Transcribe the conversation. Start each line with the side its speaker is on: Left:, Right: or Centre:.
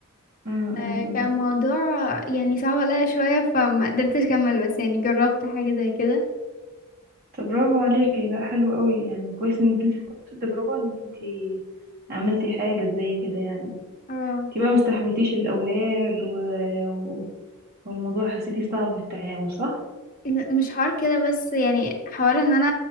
Right: م-
Left: آه
Right: م- م.
Left: كان موضوع يعني صعب عليا شوية فما قدرتش اكمل بس يعني جربت حاجة زي كده
Right: طب برافو عليكي لا حلو قوي يعني كويس انك انت خدتي التجربة انك انت عملتي حاجة زي كده يعني
Left: اه
Right: انت بقى مستحملتيش الأولاد و... و... والموضوع حسيتي صعب في التعامل صح؟
Left: لا، مش حوار كده بس يعني حوار ان انا